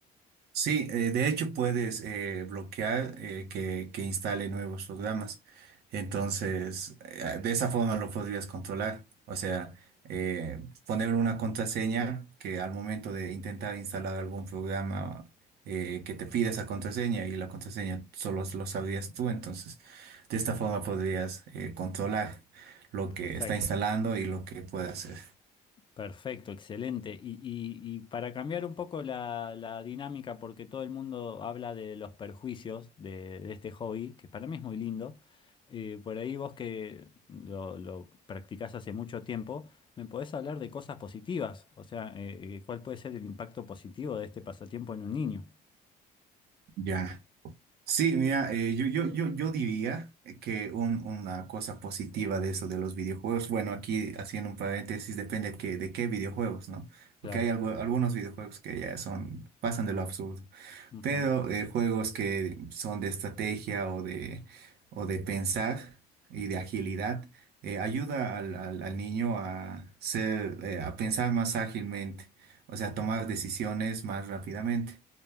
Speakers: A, on the right (about 70°); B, on the left (about 30°).
A: Sí, eh, de hecho puedes eh, bloquear eh, que, que instale nuevos programas. Entonces,
B: Ah,
A: eh, de esa forma lo podrías controlar. O sea, eh, ponerle una contraseña que al momento de intentar instalar algún programa eh, que te pida esa contraseña y la contraseña solo lo sabrías tú. Entonces, de esta forma podrías eh, controlar lo que
B: perfecto.
A: está instalando y lo que puede hacer.
B: Perfecto, excelente. Y, y- y para cambiar un poco la, la dinámica, porque todo el mundo habla de los perjuicios de, de este hobby, que para mí es muy lindo, eh, por ahí vos que lo, lo practicás hace mucho tiempo, ¿me podés hablar de cosas positivas? O sea, eh, eh, ¿cuál puede ser el impacto positivo de este pasatiempo en un niño?
A: Ya. Sí, mira, eh, yo, yo, yo, yo diría que un- una cosa positiva de eso de los videojuegos, bueno, aquí haciendo un paréntesis, depende de qué, de qué videojuegos, ¿no? Porque
B: Claro.
A: hay algu- algunos videojuegos que ya son, pasan de lo absurdo,
B: Ujú.
A: pero eh, juegos que son de estrategia o de, o de pensar y de agilidad, eh, ayuda al, al, al niño a ser, eh, a pensar más ágilmente, o sea, tomar decisiones más rápidamente.